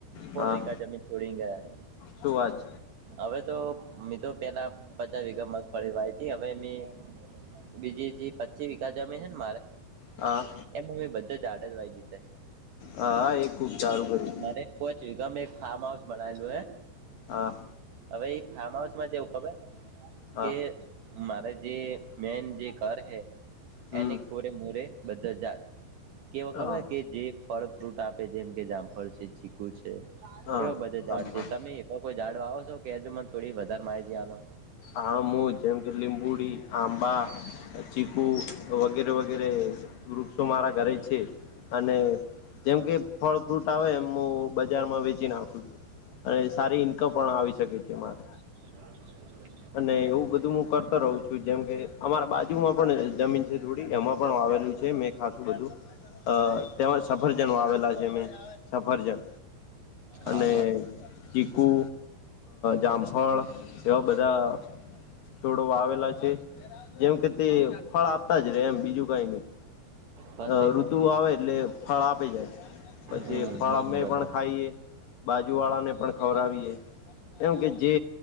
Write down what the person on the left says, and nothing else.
હા
શું આજ
હા.
હા એ ખુબ સારું બધું.
હા.
હા
હમ
હા
હા
આમ
વાત
આમું જેમકે લીંબુડી, આંબા, ચીકુ વગેરે વગેરે વૃક્ષો મારા ઘરે છે અને જેમ કે ફળ ફ્રૂટ આવે એમું બધ બજારમાં વેચી નાખું છું અને સારી ઈન્કમ પણ આવી શકે છે મારે.
અને એવું બધું હું કરતો રહું છું જેમ કે અમારા બાજુમાં પણ જમીન થોડી એમાં પણ આવેલું છે મે ખાસું બધું તેમાં સફરજનો આવેલા છે મે. સફરજન અને
ચીકુ, જામફળ એવા બધા છોડો આવેલા છે. જેમ કે તે ફળ આપતા જ રે એમ બીજું કઈ નહી.
અ ઋતુ આવે એટલે ફળ આપે જાય પછી
ફળ
અમે પણ ખાઈએ. બાજુ વાળા ને પણ ખવડાવીએ. કેમ કે જે